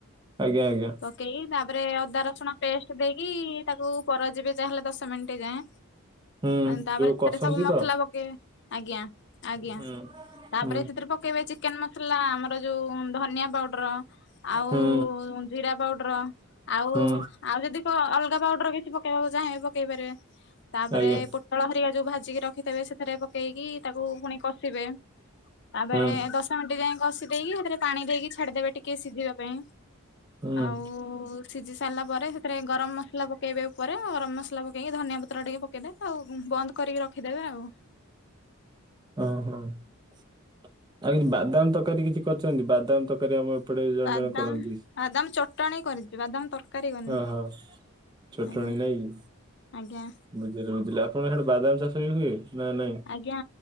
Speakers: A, on the right (about 20°); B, on the left (about 50°).
A: ଆଜ୍ଞା ଆଜ୍ଞା।
B: ପକେଇକି ତାପରେ ଅଦା ରସୁଣ ପେଷ୍ଟ ଦେଇକି ତାକୁ କର ଯିବେ ଯାଁ ହେଲେ ଦଶ ମିନିଟ ଯାଁଏ।
A: ହୁଁ
B: ତାପରେ
A: ଯୋଉ କଷନ୍ତି
B: ସେ ସବୁ ମସଲା
A: ତ।
B: ପକେଇ ଆଜ୍ଞା ଆଜ୍ଞା।
A: ହୁଁ
B: ତାପରେ
A: ହୁଁ
B: ସେଥିରେ ପକେଇବେ ଚିକେନ ମସଲା ଆମର ଯୋଉ ଧନିଆ ପାଉଡର। ଆଉ
A: ହୁଁ
B: ଜିରା ପାଉଡର ଆଉ
A: ହୁଁ
B: ଆଉ ଯଦି ଅଲଗା ପାଉଡର କିଛି ପକେଇବାକୁ ଚାହିଁଲେ ପକେଇ ପାରିବେ ତାପରେ
A: ଆଜ୍ଞା
B: ପୋ ତଳହରିକ ଯୋଉ ଭାଜିକି ରଖିଥିବେ ସେଥିରେ ପକେଇକି ତାକୁ ପୁଣି କଷିବେ। ତାପରେ
A: ହୁଁ
B: ଦଶ ମିନିଟ୍ ଯାଇ କଷି ଦେଇେଇକି ସେଥିରେ ପାଣି ଦେଇକି ଛାଡିଦେବେ ଟିକେ ସିଝିବା ପାଇଁ।
A: ହୁଁ
B: ଆଉ ସିଝି ସାରିଲା ପରେ ସେଥିରେ ଗରମ ମସଲା ପକେଇବା ଉପରେ ଗରମ ମସଲା ପକେଇକି ଧନିଆ ପତ୍ର ଟିକେ ପକେଇଦେବେ ଆଉ ବନ୍ଦ କରିକି ରଖିଦେବେ ଆଉ।
A: ଓହୋ ଆଉ କିଛି ବାଦାମ ତରକାରୀ କିଛି କରିଛନ୍ତି ବାଦାମ ତରକ ତରକାରୀ ଆମ ଏପଟେ ଜଣେ
B: ବାଦାମ
A: ଜଣେ କରନ୍ତି।
B: ବାଦାମ ଚ ଚଟଣି କରିଚି, ବାଦାମ ତରକାରୀ କରିନି
A: ଓହୋ ଚଟଣି
B: ଆଜ୍ଞା
A: ନାଇଁ କି?
B: ଆଜ୍ଞା।
A: ବୁଝିଲି ବୁଝିଲି ଆପଣ ହିଆଡୁ ବାଦାମ ଚାଷ ବି ହୁଏ ନା ନାଇଁ?
B: ଆଜ୍ଞା